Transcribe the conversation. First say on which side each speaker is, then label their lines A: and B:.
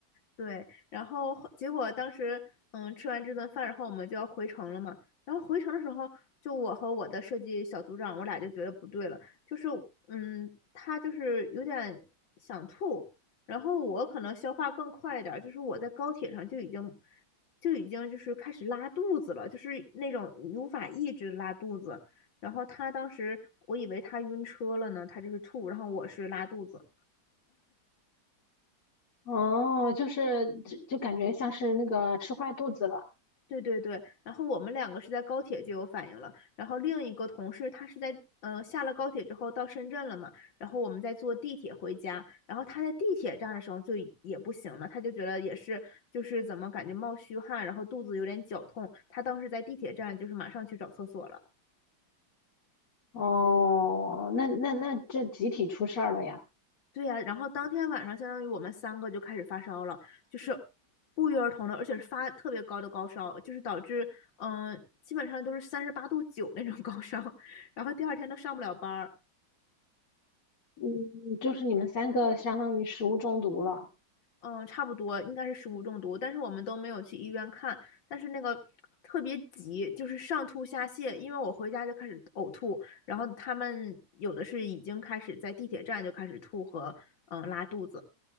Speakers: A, on the left; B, on the left.
A: 对，然后后结果当时，嗯，吃完这顿饭，然后我们就要回城了嘛。然后回城的时候，就我和我的设计小组长，我俩就觉得不对了，就是，嗯，他就是有点想吐，然后我可能消化更快一点儿，就是我在高铁上就已经，就已经就是开始拉肚子了，就是那种无法抑制拉肚子。然后他当时，我以为他晕车了呢，他就是吐，然后我是拉肚子。
B: 哦，就是就就感觉像是那个吃坏肚子了
A: 对对对，然后我们两个是在高铁就有反应了，然后另一个同事他是在嗯、呃下了高铁之后到深圳了嘛，然后我们在坐地铁回家，然后他在地铁站的时候就已也不行了，他就觉得也是就是怎么感觉冒虚汗，然后肚子有点绞痛，他当时在地铁站就是马上去找厕所了。
B: 哦，那那那这集体出事儿了呀，
A: 对呀、然后当天晚上，相当于我们三个就开始发烧了，就是不约而同的，而且是发特别高的高烧，就是导致嗯、呃基本上都是三十八度九那种高烧，<laughs> 然后第二天都上不了班儿，
B: 嗯，就是你们三个相当于食物中毒了，
A: 嗯、差不多应该是食物中毒，但是我们都没有去医院看，但是那个特别急，就是上吐下泻，因为我回家就开始呕吐，然后他们有的是已经开始在地铁站就开始吐和嗯、呃拉肚子。